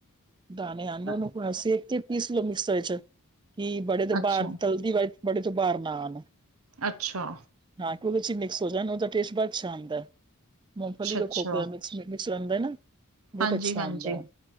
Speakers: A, on the right; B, on the right.
A: ਦਾਣੇ ਆਉਂਦੇ
B: ਅੱਛਾ।
A: ਉਹਨੂੰ ਸੇਕ ਕੇ ਪੀਸ ਲਓ ਮਿਕਸਰ ਵਿੱਚ, ਕਿ ਬੜੇ ਤੋਂ
B: ਅੱਛਾ,
A: ਬਾਹਰ ਤਲਦੀ ਵ ਬੜੇ ਤੋ ਬੲਰ ਨਾ ਆਣ।
B: ਅੱਛਾ।
A: ਹਾਂ ਕਿ ਉਹ ਚ ਮਿਕਸ ਹੋ ਜਾਣ ਉਦਾ ਟੇਸਟ ਬਣਾ ਅੱਛਾ ਆਂਦਾ, ਮੂੰਗਫਲੀ ਰੱਖੋ।
B: ਅੱਛਾ,
A: ਮਿਕਸ ਰਹਿੰਦਾ ਨਾ, ਬਹੁਤ
B: ਹਾਂਜੀ,
A: ਅੱਛਾ
B: ਹਾਂਜੀ
A: ਆਂਦਾ ਏ